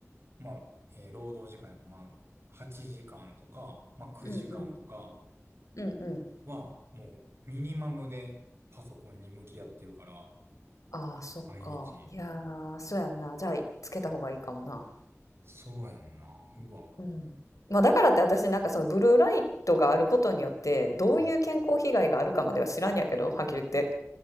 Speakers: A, on the right (about 50°); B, on the left (about 85°).
A: まあ、えー労働時間やから、まあ8時間とか、まあ9時間とか
B: うんうん。うんうん。
A: は、もうミニマムでパソコンに向き合ってるから、
B: ああ、そっか。
A: 毎日。
B: いやー、そうやな。じゃあ、つけた方がいいかもな。
A: そうやんな。うわ。
B: うん。まあ、だからって私、なんかそのブルーライトがあることによって、どういう健康被害があるかまでは知らんやけど、
A: うん
B: はっきり言って。